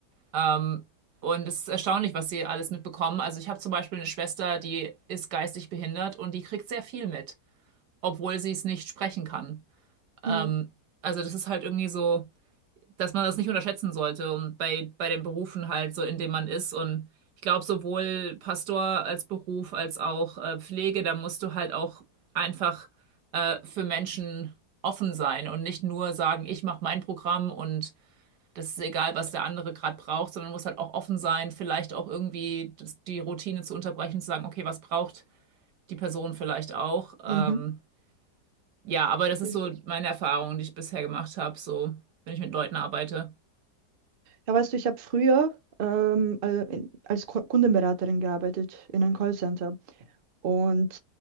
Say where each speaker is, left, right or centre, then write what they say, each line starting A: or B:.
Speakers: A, on the right; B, on the right.
A: Ähm, und es ist erstaunlich, was sie alles mitbekommen. Also ich habe zum Beispiel eine Schwester, die ist geistig behindert und die kriegt sehr viel mit, obwohl sie es nicht sprechen kann. Ähm,
B: Ja,
A: also das ist halt irgendwie so, dass man das nicht unterschätzen sollte und bei, bei den Berufen halt so, in dem man ist. Und ich glaube, sowohl Pastor als Beruf als auch äh, Pflege, da musst du halt auch einfach äh, für Menschen offen sein und nicht nur sagen, ich mache mein Programm und das ist egal, was der andere gerade braucht, sondern muss halt auch offen sein, vielleicht auch irgendwie das, die Routine zu unterbrechen, zu sagen, okay, was braucht die Person vielleicht auch? Ähm,
B: Mhm.
A: ja, aber das ist
B: richtig.
A: so meine Erfahrung, die ich bisher gemacht habe, so, wenn ich mit Leuten arbeite.
B: Ja, weißt du, ich habe früher ähm, al- in- als Ko- Kundenberaterin gearbeitet in einem Callcenter und